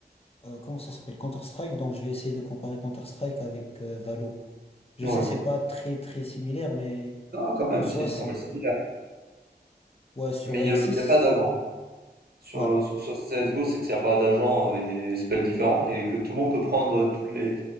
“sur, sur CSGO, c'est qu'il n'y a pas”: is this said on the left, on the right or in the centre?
Right